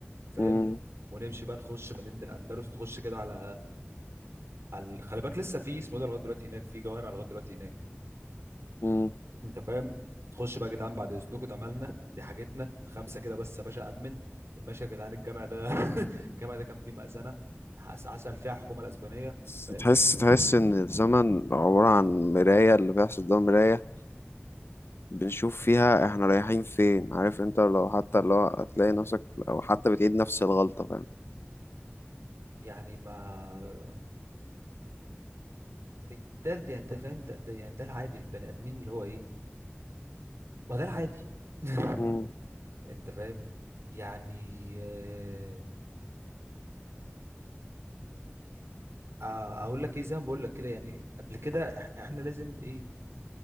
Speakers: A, on the right; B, on the left.
A: فاهم
B: مم.
A: ونمشي بقى نخش مدينه الاندلس ونخش كده على على خلي بالك لسه في اسمه ده لغايه دلوقتي هناك في جوامع لغايه دلوقتي هناك
B: مم.
A: انت فاهم خش بقى يا جدعان بعد اذنكم ده مالنا دي حاجتنا خمسه كده بس يا باشا امن ماشي يا جدعان الجامع ده <laughs> الجامع ده كان فيه مأذنه هس- هسأل فيها الحكومه الاسبانيه
B: بس
A: فاهم
B: تحس تحس ان الزمن عبارة عن مراية اللي بيحصل ده مراية بنشوف فيها احنا رايحين فين عارف انت لو حتى لو هتلاقي نفسك لو حتى بتعيد نفس الغلطة فاهم
A: يعني ما ده ده يعني انت فاهم ده, ده يعني ده العادي في البني ادمين اللي هو ايه ما ده العادي <laughs>
B: امم
A: انت فاهم يعني آه، آه، اقول لك ايه زي ما بقول لك كده يعني قبل كده إح- احنا لازم ايه